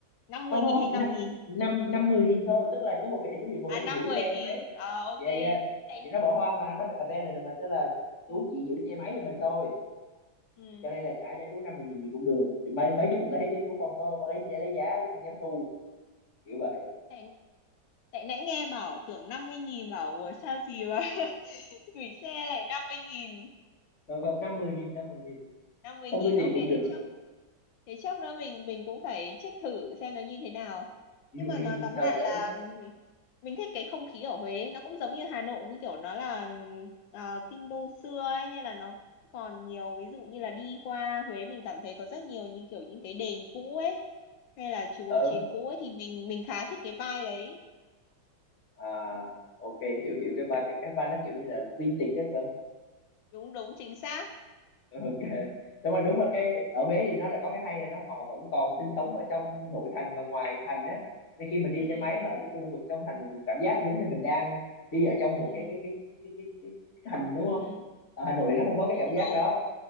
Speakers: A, on the left; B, on the left.
A: năm
B: không
A: mươi
B: không
A: nghìn
B: không
A: hay năm
B: năm
A: nghìn
B: năm năm mười nghìn thôi tức là chú bảo vệ chú chỉ ngồi
A: à
B: đó để
A: 50
B: giữ xe
A: nghìn
B: máy
A: ờ ok
B: yeah yeah
A: tại
B: thì nó bỏ hoang mà nó bị abandoned rồi mà tức là chú
A: ừ
B: chỉ giữ xe máy cho mình thôi
A: ừ
B: cho nên là trả cho chú năm mươi nghìn gì cũng được Thì mấy mấy chú cũng lấy chứ chú không có, có lấy lấy giá chứ không dám thu kiểu vậy
A: tại Tại nãy nghe bảo tưởng 50.000 bảo ủa sao gì mà <laughs> gửi xe lại năm mươi nghìn
B: rồi còn năm mươi nghìn năm mươi nghìn
A: năm mươi
B: không
A: nghìn
B: đưa
A: ok
B: tiền cũng
A: thế
B: được
A: chốc thế chốc nữa mình mình cũng phải check thử xem nó như thế nào
B: ừ,
A: nhưng mà
B: ừ,
A: nói
B: ừ,
A: tóm
B: sao
A: lại
B: chữ
A: là mình thích cái không khí ở Huế nó cũng giống như Hà Nội như kiểu nó là ờ, kinh đô xưa ấy nên là nó còn nhiều ví dụ như là đi qua Huế mình cảm thấy có rất nhiều như kiểu những cái đền cũ ấy hay là chùa
B: ừ
A: chiền cũ ấy thì mình mình khá thích cái vibe đấy
B: à ok hiểu hiểu cái vai cái cái vai nó kiểu như là vintage chứ phải
A: đúng đúng chính xác
B: không <laughs> ok nhưng mà đúng là cái ở Huế thì nó là có cái hay là nó họ vẫn còn sinh sống ở trong nội thành và ngoài thành á nên khi mình đi
A: ừ
B: xe máy mà ở cái khu vực trong thành mình cũng cảm giác giống như mình đang đi ở trong
A: ừ
B: một cái cái cái cái cái, cái, cái thành đúng
A: ừ
B: không ở Hà Nội thì nó không có cái
A: đúng
B: cảm giác
A: đúng
B: đó